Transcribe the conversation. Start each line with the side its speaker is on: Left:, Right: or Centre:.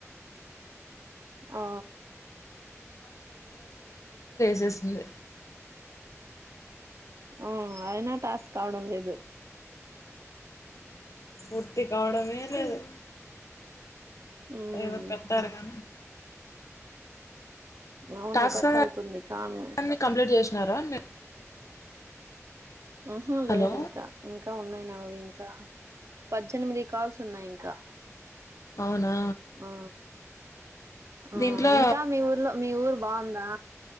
Right: ఆ
Left: జస్ట్ లే
Right: ఆ అయిన టాస్క్ కావడం లేదు
Left: ప కావడమే లేదు
Right: అవునా
Left: ఏదో పెట్టారుగా
Right: అవును
Left: టాస్క్లన్ని
Right: కట్ అవుతుంది కాను
Left: కంప్లీట్ చేసినారా <inaudible>
Right: ఉ హు
Left: హలో
Right: లేదు ఇంకా ఇంకా ఉన్నాయి నావి ఇంకా పద్దేనిమిది కాల్స్ ఉన్నాయి ఇంకా
Left: అవునా
Right: ఆ ఆ
Left: దీంట్లో
Right: ఇంకా మీ ఊర్లో మీ ఊరు బాగుందా